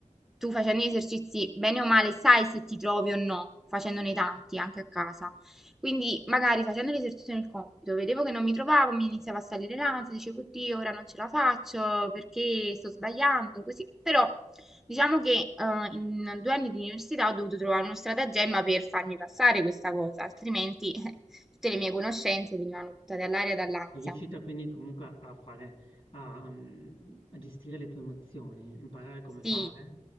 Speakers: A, in the centre; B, on the left.
A: tu facendo gli esercizi, bene o male, sai se ti trovi o no, facendone tanti anche a casa. Quindi, magari facendo l'esercizio nel compito, vedevo che non mi trovavo, mi iniziava a salire l'ansia, dicevo, oddio, ora non ce la faccio perché sto sbagliando, così, però Diciamo che eh, in due anni di università ho dovuto trovare uno stratagemma per farmi passare questa cosa, altrimenti <laughs> eh, tutte le mie conoscenze venivano buttate all'aria dall'ansia.
B: Sei riuscita quindi comunque a fare, a, mm, a gestire le tue emozioni, imparare come fare?
A: Sì,